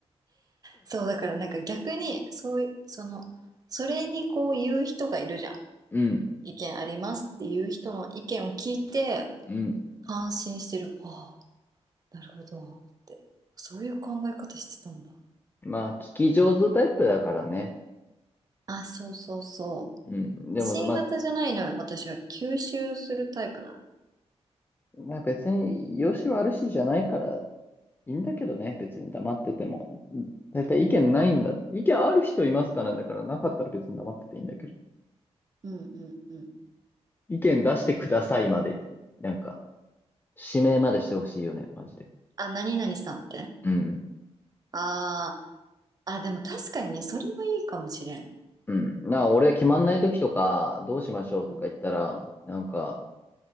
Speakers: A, on the right; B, on the left.
A: そう、だからなんか逆に、そういう、その、それにこう言う人がいるじゃん。
B: うん。
A: 意見ありますっていう人の意見を聞いて、
B: うん
A: 感心してる。はあ、なるほど、って。そういう考え方してたんだ。
B: まあ、聞き上手タイプだからね。
A: あ、そうそうそ
B: うん。でも、
A: う。新型じゃないのよ。
B: まあ、
A: 私は吸収するタイプなのよ。
B: まあ、別に、良し悪しじゃないから、いいんだけどね。別に黙ってても。絶対意見ないんだ。
A: うん。
B: 意見ある人いますかなんだから、なかったら別に黙ってていいんだけど。
A: うんうんうん。
B: 意見出してくださいまで、なんか、指名までしてほしいよね。マジで。
A: あ、何々さんって。
B: うん。
A: ああ、あ、でも確かにね、それはいいかもしれん。
B: うん。なあ、俺決まんない時とか、
A: うん。
B: どうしましょうとか言ったら、
A: うん。
B: なんか、